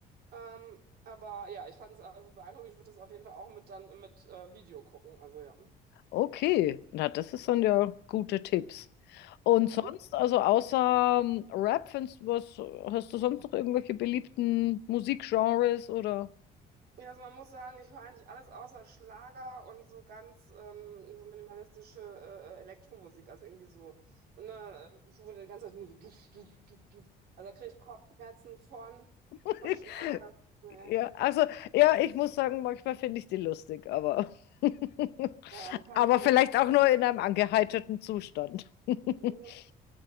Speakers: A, on the right; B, on the left.
A: Ähm, aber ja, ich fand es also beeindruckend. Ich würde das auf jeden Fall auch mit dann mit äh, Video gucken. Also ja.
B: Okay, na, das ist dann ja gute Tipps. Und
A: Mhm.
B: sonst, also außer ähm, Rap, findest du was, hast du sonst noch irgendwelche beliebten Musikgenres oder?
A: Ja, also man muss sagen, ich höre eigentlich alles außer Schlager und so ganz ähm, so minimalistische äh, Elektromusik. Also irgendwie so, ne, äh, wo die ganze Zeit nur so duff, duff, duff, duff. Also da kriege ich Kopfschmerzen von,
B: <laughs>
A: von Schlager. Das, ne.
B: Ja, also ja, ich muss sagen, manchmal finde ich die lustig, aber <laughs>
A: Ja, also kann
B: aber
A: ich nur
B: vielleicht
A: begrenzt
B: auch nur in einem angeheiterten Zustand. <laughs>
A: haben.